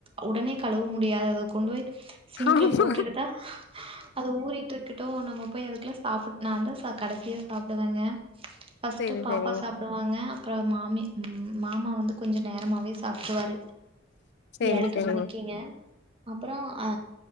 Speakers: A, on the right (about 30°); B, on the left (about 60°).
A: உடனே கழுவ முடியா அத கொண்டு போய்ட் சிங்க்ல
B: ஆமா
A: போட்டுட்டுத்தா அத ஊறி டுக்குட்டூ நம்ம போய் அதுக்குல்ல சாப்புட் நா அந்து சோ கடசியா சாப்டுவேங்க ஃப்ஸ்ட்
B: செரி
A: பாப்பா
B: செரிங்க
A: சாப் டுவாங்க அப்பறொ மாமி மாமா வந்து கொஞ்ச நேரமாவே சாப்ட்ருவாரு
B: செரி
A: ஏல்ரமணிக்குங்க
B: செரிங்க
A: அப்றொ அ